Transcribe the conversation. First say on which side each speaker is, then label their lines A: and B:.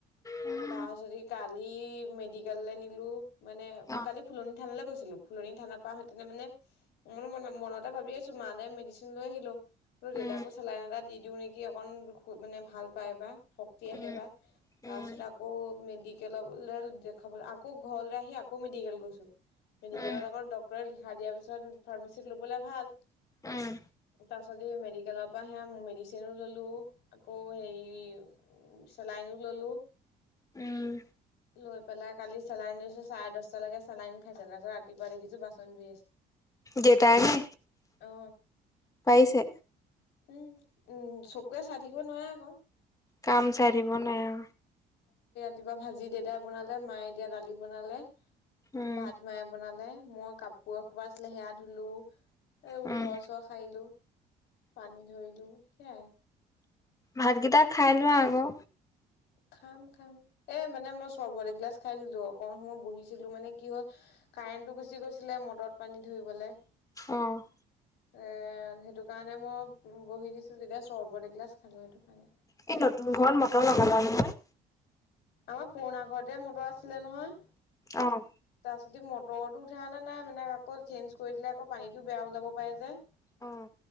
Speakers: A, on the left; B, on the left.
A: উম।
B: তাৰ পাছতে কালি মেডিকেললৈ নিলো মানে
A: অ
B: কালি ফুলনি থানৈ গৈছিলো ফুলনি থান। পা আহোতে মানে মোৰ মনতে ভাবি আছো মা লে মেডিচিন লৈ আহিম। বোলো দেউতাকো
A: উম
B: চেলাইন এটা দি দিও নেকি অকন মানে ভাল পায় বা। শক্তি আহে
A: উম
B: বা তাৰপিছত
A: উম
B: আকৌ মেডিকেল লে দেখাব আকৌ ঘৰলৈ আহি আকৌ মেডিকেল গৈছো। মেডিকেলৰ
A: উম
B: লগত ডক্তৰে লিখা দিয়াৰ পিছত ফাৰ্মাচিত লবলে ভাল।
A: উম
B: তাৰ পাছত যি মেডিকেলৰ পৰা সেয়া আহে মেডিচেনো ললো আকৌ হেই। লাইনো ললো।
A: উম্।
B: লৈ পেলাই কালি চেলাই লৈছো চাৰে দশটালৈকে চেলাই নি খাইছে তাৰপাছত ৰাতিপুৱা দেখিছো বাচন ধুই আছে।
A: দেটাই নে,
B: অ
A: পাইছে?
B: উম উম চকুয়ে চাই থাকিব নোৱাৰে আকৌ।
A: কাম চাই থাকিব নাই আ।
B: কিবা ভাজি দেতাই বনালে মায়ে এতিয়া দালি বনালে।
A: উম
B: ভাত মায়ে বনালে মই কাপোৰ এখোপা আছিলে সেয়া ধুলো। এইবোৰ
A: উম,
B: ঘৰ চৰ সাৰিলো, পানী ধৰিলো সেইয়াই।
A: ভাতকিটা খাই লোৱা আকৌ।
B: খাম খাম এ মানে মই চৰবত এগিলাছ খাই দিলো অকনমান সময় বহিছিলো মানে কি হল কাৰেণ্টটো গুচি গৈছিলে মটৰত পানী ধৰি। -ৰিবলে
A: অ'
B: এ সেইটো কাৰণে মই বহি দিছো এতিয়া চৰবত এগিলাছ খালো সেইটো কাৰণে,
A: এই নতুন ঘৰত মটৰ লগালা নহয়?
B: অ পুৰণা ঘৰতে মটৰ আছিলে নহয়।
A: অ',
B: তাৰপিছত মটৰটো উঠা অনা নাই মানে আকৌ চেঞ্জ কৰি দিলে আকৌ পানীটো বেয়া ওলাব পাৰে যে।
A: অ